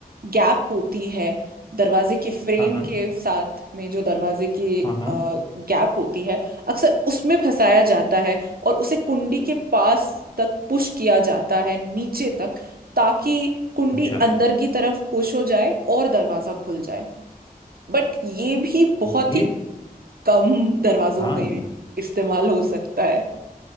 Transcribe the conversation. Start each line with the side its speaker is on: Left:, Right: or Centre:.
Right: गैप होती है दरवाजे के फ्रेम
Left: हाँ हाँ
Right: के साथ में जो दरवाजे की
Left: हाँ हाँ
Right: गैप होती है अक्सर उसमें फंसाया जाता है और उसे कुंडी के पास तक पुश किया जाता है नीचे तक ताकि कुंडी
Left: अच्छा
Right: अंदर की तरफ पुश हो जाए और दरवाजा खुल जाए बट ये भी बहुत
Left: ये
Right: ही कम दरवाजों
Left: हाँ
Right: में
Left: ये
Right: इस्तेमाल हो सकता है